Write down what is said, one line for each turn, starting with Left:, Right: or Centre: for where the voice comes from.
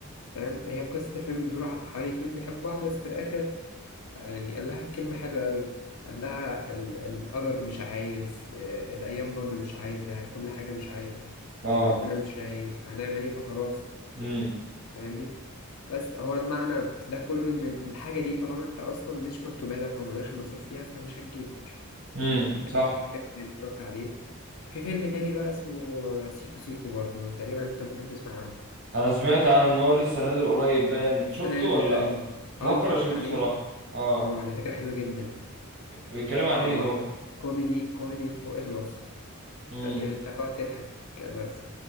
Left: فاهم هي قصة الفيلم بتدور ع- حوالي اتنين بيحبوا بعض بس في الآخر يعني قال لها كلمة حلوة قوي قال لها ال- القدر مش عايز آه، الأيام برضه مش عايزة كل حاجة مش عايزة
Right: اه
Left: وربنا مش رايد فهنعمل إيه فخلاص
Right: امم
Left: فاهمني بس هو المعنى ده كله ان الحاجه دي طالما انت اصلا مش مكتوبه لك او مالكش نصيب فيها فمش هتجيلك
Right: امم صح
Left: فيلم اتفرجت عليه في فيلم تاني بقى اسمه سيكو سيكو برضه تقريبا انت ممكن تسمع عنه
Right: انا سمعت عن ان هو لسه نازل قريب باين شفته
Left: لسه نازل
Right: ولا
Left: ايوه
Right: لأ؟ بفكر
Left: اه انا اتفرجت
Right: اشوفه
Left: عليه
Right: الصراحه اه
Left: هو على فكره حلو جدا
Right: بيتكلم عن ايه
Left: هو
Right: هو
Left: كوميدي كوميدي فوق الوصف
Right: امم
Left: حلو يعني انت هتقعد تضحك بس